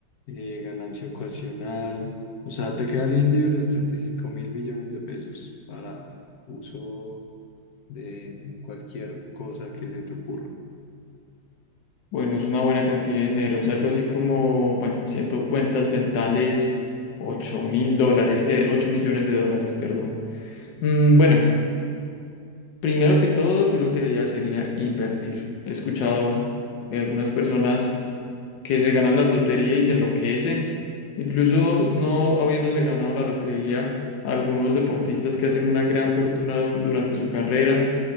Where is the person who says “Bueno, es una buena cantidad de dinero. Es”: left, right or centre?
Left